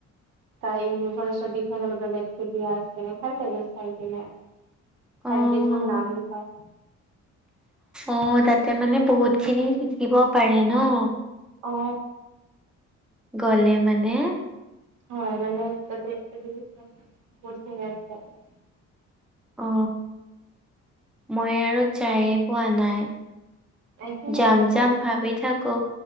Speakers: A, on the right; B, in the centre.
A: তাই ইউনিভাৰছৰ বিষয় অলপ বেলেগ কে দিয়া ভাল লাগে চাই কিনে।
B: অ',
A: চাইন্টিষ্টৰ নাম লিখা
B: অ তাতে মানে বহুত খিনি শিকিব পাৰে ন।
A: অ।
B: গ'লে মানে
A: হয় মানে তাতে <unintelligible>
B: অ মই আৰু যায়ে পোৱা নাই।
A: একো নাই
B: যাম
A: দিয়া
B: যাম ভাবি থাক কো